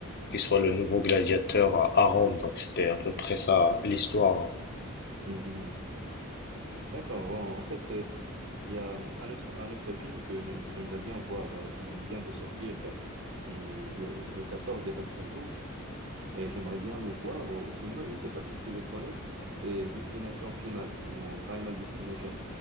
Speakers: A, on the left (about 50°); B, on the right (about 60°).
A: qui soit le nouveau gladiateur à à Rome, donc c'était à peu près ça l'histoire
B: mhm. D'accord. Bon, en fait, euh, il y a hum, un autre, un autre film que j'aime- j'aimerais bien voir. euh, il vient de sortir euh, mm, le, le 14 il y a 4 jours. Mais j'aimerais bien le voir au, au cinéma. Je ne sais pas si tu le connais. C'est Destination Finale ou Final Destination.